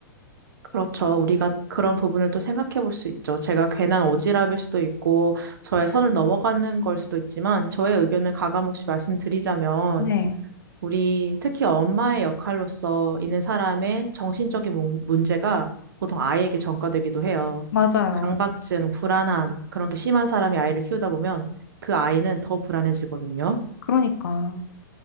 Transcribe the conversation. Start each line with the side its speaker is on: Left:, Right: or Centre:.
Right: 그렇죠. 우리가 그런 부분을 또 생각해 볼 수 있죠. 제가 괜한 오지랖일 수도 있고 저의 선을 넘어가는 걸 수도 있지만 저의 의견을 가감 없이 말씀드리자면
Left: 네.
Right: 우리 특히 엄마의 역할로서 있는 사람의 정신적인 문- 문제가 보통 아이에게 전가되기도 해요.
Left: 맞아요.
Right: 강박증, 불안함, 그런 게 심한 사람이 아이를 키우다 보면 그 아이는 더 불안해지거든요.
Left: 그러니까.